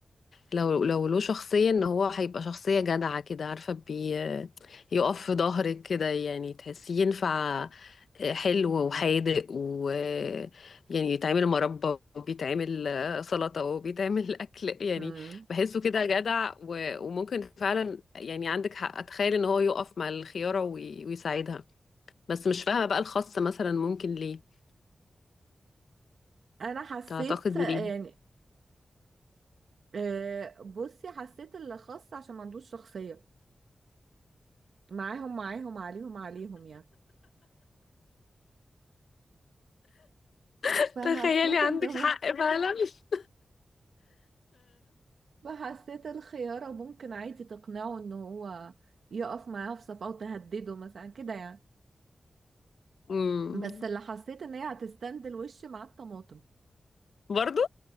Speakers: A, on the left; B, on the right.
A: لو لو له شخصية ان هو هيبقى شخصية جدعة كده عارفة بي يقف في ظهرك كده يعني تحسيه ينفع آه، حلو وحادق و يعني يتعمل مربى وبيتعمل آه، سلطة وبيتعمل <laughs> أكل يعني
B: مم.
A: بحسه كده جدع و... وممكن فعلا يعني عندك حق أتخيل إن هو يقف مع الخيارة وي... ويساعدها بس مش فاهمة بقى الخاصة مثلا ممكن ليه
B: انا حسيت
A: تعتقدي
B: يعني
A: ليه؟
B: آه، بصي حسيت اللي خاص عشان ما عندوش شخصية معاهم معاهم عليهم عليهم يعني
A: <laughs>
B: فحسيت
A: تخيلي عندك
B: انه
A: حق فعلا <laughs>
B: فحسيت الخيارة ممكن عادي تقنعه ان هو يقف معاها في صف او تهدده مثلا كده يعني
A: امم
B: بس اللي حسيت ان هي هتستند الوش مع الطماطم
A: برضو؟